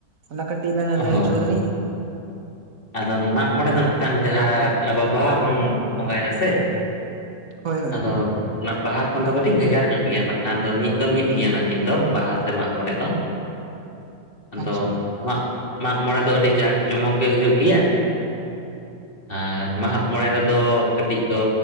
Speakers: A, on the right (about 65°); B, on the left (about 35°).
A: ᱚᱱᱟ ᱠᱟᱹᱴᱤ ᱢᱟᱱᱮ ᱞᱮᱭ
B: ᱦᱳᱭ
A: ᱦᱚᱪᱚ ᱟᱠᱟᱫᱤᱧ,
B: ᱟᱫᱚ ᱢᱟᱜ ᱢᱚᱬᱮ ᱫᱚ ᱱᱟᱜ ᱠᱷᱟᱱ ᱡᱟᱦᱟᱸ ᱟᱵᱚ ᱵᱟᱦᱟ ᱵᱚᱱ ᱵᱚᱸᱜᱟᱭ ᱫᱟ ᱥᱮ,
A: ᱦᱳᱭ ᱦᱳᱭ
B: ᱟᱫᱚ ᱚᱱᱟ ᱵᱟᱦᱟ ᱠᱷᱚᱱ ᱫᱚ ᱠᱟᱹᱴᱤᱡ ᱵᱷᱮᱜᱟᱨ ᱧᱚᱜ ᱜᱮᱭᱟ ᱵᱟᱠᱷᱟᱱ ᱫᱚ ᱢᱤᱫ ᱫᱚ ᱢᱤᱫ ᱜᱮᱭᱟ ᱚᱱᱟᱠᱤᱱ ᱫᱚ ᱵᱟᱦᱟ ᱥᱮ ᱢᱟᱜ ᱢᱚᱬᱮ ᱫᱚ᱾ ᱟᱫᱚ
A: ᱟᱪᱪᱷᱟ
B: ᱢᱟᱜ, ᱢᱟᱜ ᱢᱚᱬᱮ ᱫᱚ ᱟᱹᱰᱤ ᱡᱟᱸᱠᱼ ᱡᱚᱢᱚᱠ ᱜᱮ ᱦᱩᱭᱩᱜ ᱜᱮᱭᱟ ᱟᱨ ᱵᱟᱦᱟᱜ ᱢᱚᱬᱮ ᱨᱮᱫᱚ ᱠᱟᱹᱴᱤᱡ ᱫᱚ